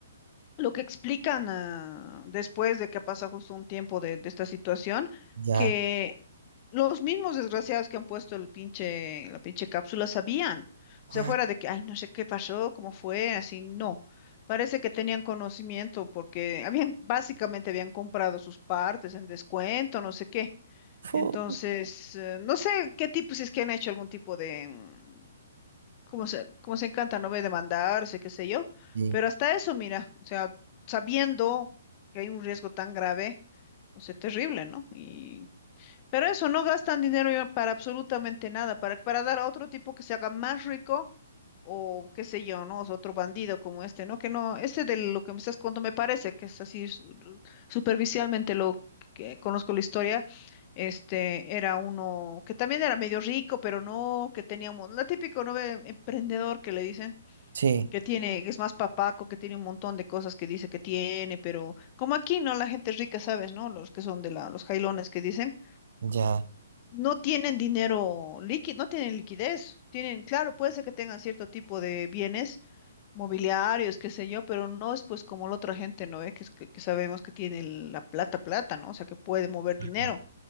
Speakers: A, on the left (about 35°); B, on the right (about 60°).
A: lo que explican ah, después de que pasa justo un tiempo de, de esta situación,
B: Ya.
A: que los mismos desgraciados que han puesto el pinche, la pinche cápsula sabían.
B: Ah,
A: O sea, fuera de que, ay, no sé qué pasó, cómo fue, así, no. Parece que tenían conocimiento porque habían, básicamente habían comprado sus partes en descuento, no sé qué.
B: fu-
A: Entonces, eh, no sé qué tipo, si es que han hecho algún tipo de, mm, como se, como se encanta, no ve demandarse, qué sé yo,
B: Sí,
A: pero hasta eso, mira, o sea, sabiendo que hay un riesgo tan grave, o sea, terrible, ¿no? Y, pero eso, no gastan dinero ya para absolutamente nada, para, para dar a otro tipo que se haga más rico o qué sé yo, ¿no? O sea, otro bandido como este, ¿no? Que no, este de lo que me estás contando me parece que es así su- superficialmente lo que conozco la historia, este era uno que también era medio rico, pero no, que tenía un mon- la típico, ¿no? ve, emprendedor que le dicen
B: sí,
A: que tiene, que es más papaco, que tiene un montón de cosas que dice que tiene, pero como aquí, ¿no? La gente rica, ¿sabes, no? Los que son de la, los jailones que dicen
B: ya.
A: no tienen dinero líquido, no tienen liquidez. Tienen, claro, puede ser que tengan cierto tipo de bienes mobiliarios, qué sé yo, pero no es pues como la otra gente, ¿no? ve Que, es que, que sabemos que tiene el- la plata, plata, ¿no? O sea, que puede mover dinero.
B: No,